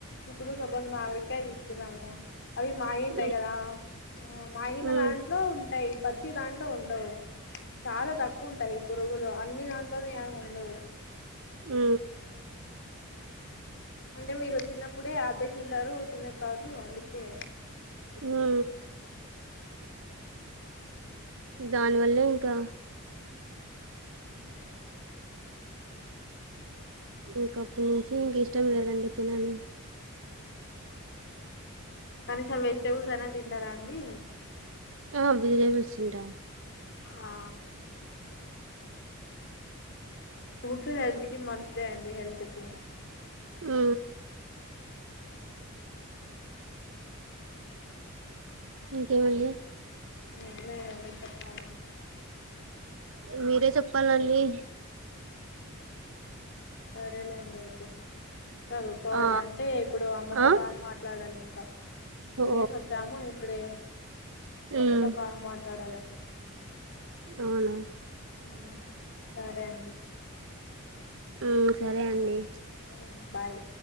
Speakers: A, on the left; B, on the right.
A: ఇప్పుడు సపోజ్ మావిడికాయ తీసుకున్నాము అవి మాగి ఉంటాయి
B: హ్మ్
A: కదా. మాగిన
B: హ్మ్
A: దాంట్లో ఉంటాయి. పచ్చి దాంట్లో ఉండవు చాలా తక్కువ ఉంటాయి. పురుగులు అన్ని దాంట్లో ఏ ఉండవు.
B: ఊ
A: అంటే మీరు చిన్నప్పుడే ఆపేసి ఉంటారు తినె కాదు అందుకే
B: హు దానివల్ల ఇంకా
A: మ్మ్
B: ఇంకా అప్పటినుంచి ఇంక ఇష్టం లేదండి తినను
A: కనీసం వెజిటేబుల్స్ అనా తింటారా అండి.
B: ఆ వెజిటేబుల్స్ తింటా
A: ఆ ఫ్రూట్స్ హెల్త్ కి మంచిదే అండి హెల్త్ కి
B: హు ఇంకేం అండి
A: ఏం లేదండి చెప్పాలి
B: మీరే చెప్పాలన్నీ
A: సరేలేండి అయితే చదువుకోవాలి
B: ఆ
A: అంటే ఇప్పుడు అమ్మతో
B: ఆ
A: కాల్ మాట్లాడాలి ఇంకా తినేసి
B: ఓ
A: వచ్చాము ఇప్పుడే
B: మ్మ్
A: అమ్మతో కాల్ మాట్లాడాల
B: అవునా
A: హ్మ్ సరే అండి
B: హ్మ సరే అండి
A: హు బాయ్